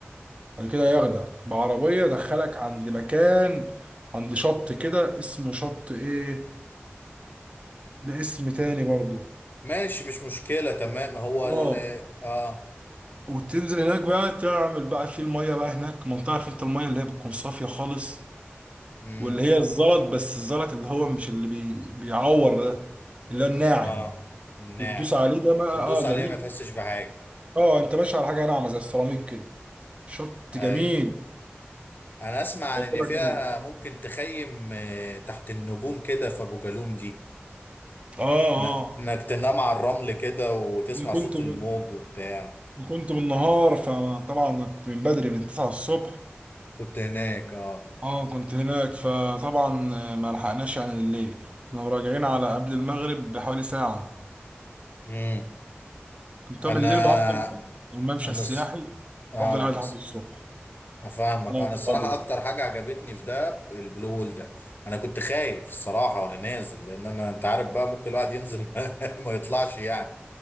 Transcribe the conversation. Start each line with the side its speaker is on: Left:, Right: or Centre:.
Right: بعد كده ياخدك بعربيه دخلك عند مكان عند شط كده اسمه شط ايه لاسم تاني برضه
Left: ماشي مش مشكله تمام هو
Right: اه
Left: ال اه
Right: وتنزل هناك بقى تعمل بقى في الميه بقى هناك ما انت عارف انت الميه اللي هي بتكون صافيه خالص
Left: امم
Right: واللي هي الزلط بس الزلط اللي هو مش اللي بي... بيعور ده اللي هو الناعم
Left: اه الناعم
Right: بتدوس عليه ده بقى
Left: تدوس
Right: اه جميل
Left: عليها ما تحسش بحاجه
Right: اه انت ماشي على حاجه ناعمه زي السيراميك كده شط
Left: اي
Right: جميل
Left: انا اسمع عن
Right: يعجبك
Left: ان فيها
Right: أوي.
Left: ممكن تخيم آه، تحت النجوم كده في ابو جالوم دي
Right: اه اه
Left: إن- انك تنام على الرمل كده وتسمع
Right: انا كنت
Left: صوت
Right: ب...
Left: الموج وبتاع
Right: كنت بالنهار فطبعا كنت من بدري من 9 الصبح
Left: كنت هناك اه
Right: اه كنت هناك فطبعا آه، ما لحقناش يعني الليل احنا راجعين على قبل المغرب بحوالي ساعة
Left: امم
Right: كنت طب
Left: انا
Right: الليل بقى افضل والممشى
Left: انا
Right: السياحي
Left: الص- اه
Right: افضل قاعد لحد الصبح
Left: افهمك
Right: انا واصحابي
Left: انا الصراحه اكتر حاجه عجبتني في ده البلو هول ده انا كنت خايف الصراحه وانا نازل لان انا انت عارف بقى ممكن الواحد ينزل <laughs> ما يطلعش يعني